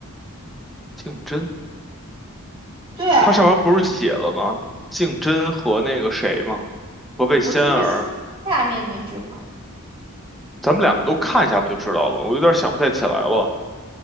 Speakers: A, in the centre; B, on the right.
A: 竞争，
B: 对啊，
A: 他上面不是写了吗？竞争和那个谁吗？和魏仙儿，
B: 我是说下面那句话。
A: 咱们两个都看一下不就知道了吗？我有点想不太起来了。